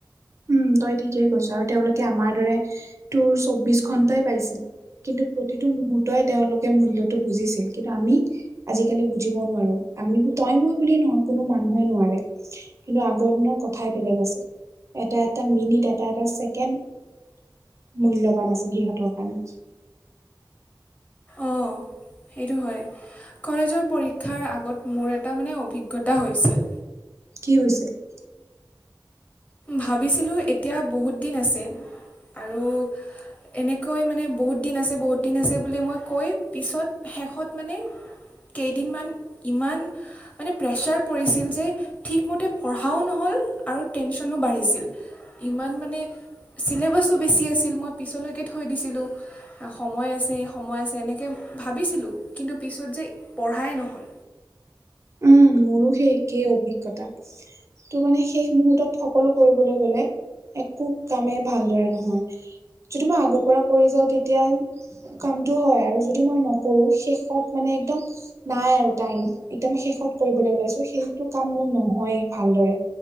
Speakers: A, on the right (about 40°); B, on the left (about 20°).
A: উম, তই ঠিকেই কৈছ আৰু তেওঁলোকে আমাৰ দৰে তোৰ চৌবিশ ঘন্টাই পাইছিল। কিন্তু প্ৰতিটো মুহুৰ্তই তেওঁলোকে মূল্যটো বুজিছিল কিন্তু আমি আজিকালি বুজিব নোৱাৰো আমি তই মই বুলিয়ে নহয় কোনো মানুহে নোৱাৰে। কিন্তু আগৰ দিনৰ কথাই বেলেগ আছিল। এটা এটা মিনিট এটা এটা ছেকেণ্ড মূল্যৱান আছে, সিহঁতৰ কাৰণে
B: অৱ সেইটো হয়। কলেজৰ পৰীক্ষাৰ আগত মোৰ এটা মানে অভিজ্ঞতা হৈছিল।
A: কি হৈছে। <inaudible>
B: ভাবিছিলো এতিয়া বহুত দিন আছে আৰু এনেকৈ মানে বহুত দিন আছে বহুত দিন আছে বুলি মই কৈ পিছত শেষত মানে কেইদিনমান ইমান মানে প্ৰেছাৰ পৰিছিল যে ঠিকমতে পঢ়া পঢ়াও নহ'ল আৰু টেনচনো বাঢ়িছিল ইমান মানে ছিলেবাছো বেছি আছিল মই পিছলৈকে থৈ দিছিলোঁ সময় আছে, সময় আছে, এনেকে ভাবিছিলো কিন্তু পিছত যে পঢ়াই নহ'ল।
A: উম মোৰো সেই একেই অভিজ্ঞতা। টো মানে শেষ মুহুৰ্তত সকলো কৰিবলৈ গ'লে একো কামেই ভালদৰে নহয়। যদি মই আগৰ পৰা কৰি যাওঁ তেতিয়া কামটো হয় আৰু যদি মই নকৰো শেষত মানে একদম নাই আৰু টাইম। একদম শেষত কৰিবলৈ ওলাইছো সেইটো কাম মোৰ নহয়ে ভালদৰে।